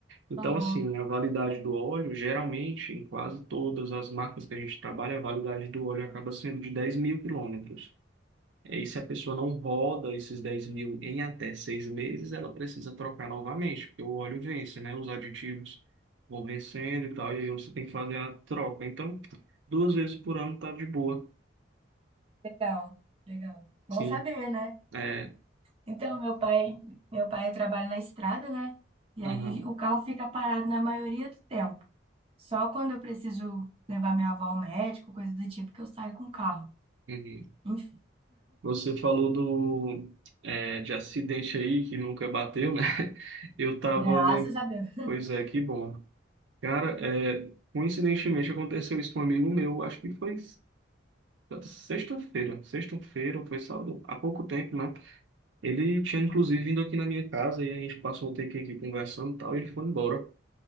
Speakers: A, on the right; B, on the right.
A: Então,
B: Aham,
A: assim, a validade do óleo, geralmente, em quase todas as marcas que a gente trabalha, a validade do óleo acaba sendo de dez mil quilômetros. É, E se a pessoa não roda esses dez mil em até seis meses, ela precisa trocar novamente, porque o óleo vence, né? Os aditivos vão vencendo e tal, e aí você tem que fazer a troca. Então, duas vezes por ano tá de boa.
B: Legal, legal.
A: Sim,
B: Bom saber, né?
A: é.
B: Então, meu pai, meu pai trabalha na estrada, né? E
A: Aham,
B: aí o carro fica parado na maioria do tempo. Só quando eu preciso levar minha avó ao médico, coisa do tipo, que eu saio com o carro.
A: uhum.
B: Enfim,
A: Você falou do, é, de acidente aí que nunca bateu, né? <laughs> Eu tava
B: graças
A: lembrando.
B: a Deus.
A: Pois é, que bom. Cara, é, coincidentemente aconteceu isso com um amigo meu, acho que foi. Sexta-feira, sexta-feira, foi sábado, há pouco tempo, né? Ele tinha inclusive vindo aqui na minha casa e a gente passou um tempo aqui conversando e tal, e ele foi embora.